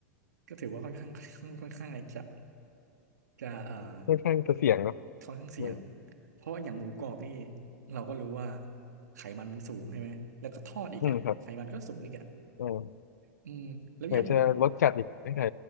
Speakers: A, on the right; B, on the left.
A: ก็ถือว่าค่อนข้าง <laughs> ค่อนข้างจะจะเอ่อ
B: ค่อนข้างจะเสี่ยงเนอะ
A: ค่อนข้างเสี่ยง
B: อืม
A: เพราะว่าอย่างหมูกรอบนี่เราก็รู้ว่าไขมันมันสูงใช่ไหมแล้วก็ทอดอีกอ่ะไขมันก็สูงอีกอ่ะ
B: อืมครับอืม
A: อืมแล้วอย่าง
B: ไหนจะรสจัดอีกไม่ใช่